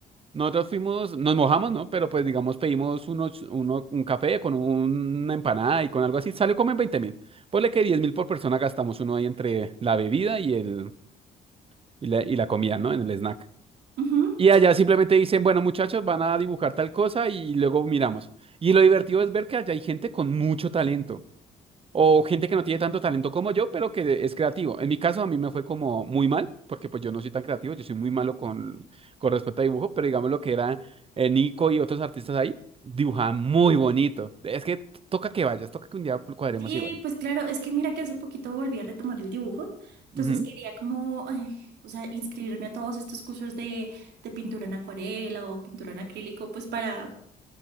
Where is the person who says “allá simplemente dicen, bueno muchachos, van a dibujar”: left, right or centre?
Right